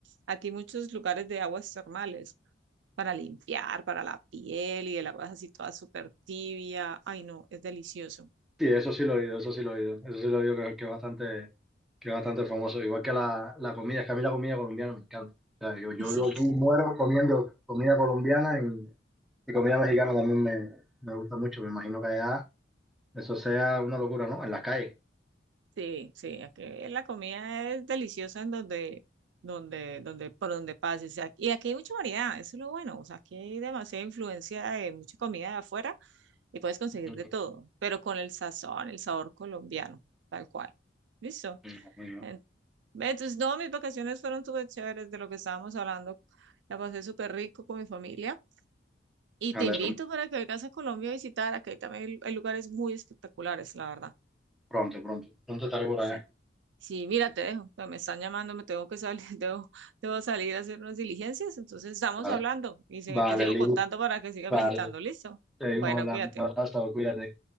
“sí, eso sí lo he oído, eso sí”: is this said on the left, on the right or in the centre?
Centre